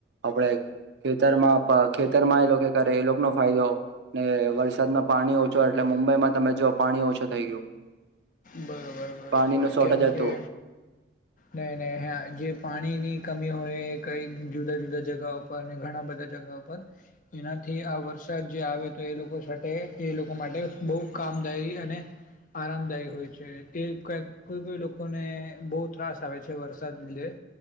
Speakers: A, on the right; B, on the left.
A: આપડ ખેતરમાં ખેતરમાં એ લોકો કરે એ લોકોનો ફાયદો ને વરસાદમાં પાણી ઓછો એટલે મુંબઈમાં તમે જો પાણી ઓછો થઈ ગયું
B: બરોબર બરોબર
A: પાણીનું શોર્ટેજ
B: કેમ
A: હતું
B: કે નહી નહી હા જે પાણી ની કમી હોય કઈ જુદા જુદા જગ ઉપર ઘણા બધા જગા ઉપર એનાથી આ વરસાદ જે આવે તો એ લોકો માટે એ લોકો માટે બહુ કામદાયી અને આરામદાયી કોઈ છે એ કેક કોઈ ભી લોકોને બહુ ત્રાસ આવે છે વરસાદ લીધે